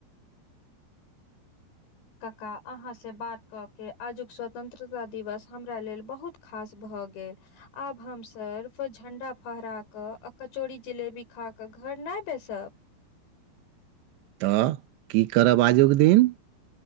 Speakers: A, on the left (about 85°); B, on the right (about 90°).
A: काका अहाँसँ बात कऽ के आजुक स्वतन्त्रता दिवस हमरा लेल बहुत खास भऽ गेल आब हम सर्फ झण्डा फहरा कऽ आ कचौड़ी जिलेबी खा कऽ घर नहि बैसब
B: तऽ की करब आजुक दिन